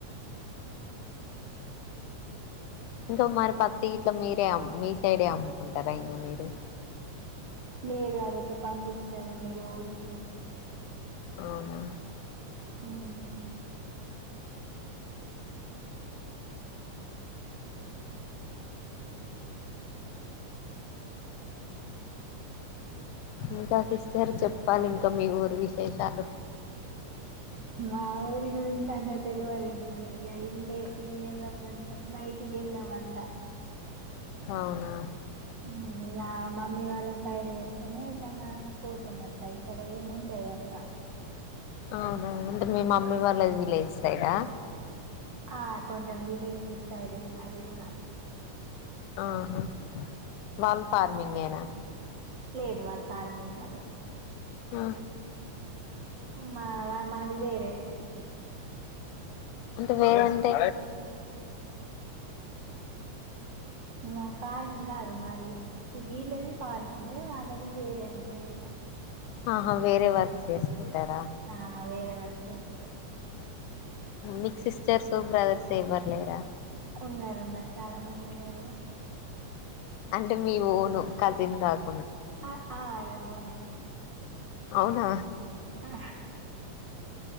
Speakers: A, on the left (about 85°); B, on the right (about 70°).
A: ఇంక మరి పత్తి గిట్ల మీరే అమ్ మీ సైడే అమ్ముకుంటారా ఇంగ మీరు
B: లేదు అదెటొ పంపిస్తారు ఏదో ఊరికి.
A: ఔనా.
B: ఊమ్.
A: ఇంకా సిస్టర్ చెప్పాలి ఇంక మీ ఊర్ విశేషాలు.
B: మా ఊరి గురించి అంత తెల్వది నేను ఇగ ఇల్లే తిండే ప్రపంచం బయ్టికెల్ల అవంట
A: అవునా
B: హ్మ్ ఇగ మమ్మీ వాళ్ళని సైడు వెళ్తేనే ఎటన్నా పోతమట్ల ఇక్కడ ఏముండయంతా.
A: అవునా అంటే మీ మమ్మీ వాళ్ళ విలేజ్ సైడా
B: ఆ కొంచెం విలేజ్ సైడే అది గుడా
A: ఆహా వాల్ ఫార్మింగేనా
B: లేదు వాళ్లు పార్మింగ్ కాదు
A: ఆ
B: మా మాదివేరే
A: అంటే వేరంటే
B: మ ఫార్మింగ్ గాదు మాది వీళ్లది ఫార్మింగ్ వాళ్ళది వేరే ఉంటదిగా
A: ఆహా వేరే వర్క్స్ చేసుకుంటారా
B: ఆ వేరే వర్క్ చేస్తారు
A: మీక్ సిస్టర్స్ బ్రదర్స్ ఎవ్వర్లేరా
B: ఉన్నారున్నారు చాలా మంది ఉన్నారు
A: అంటే మీ ఓన్ కజిన్ గాదు
B: ఆ ఆ అదే ఒనే
A: అవునా
B: ఆ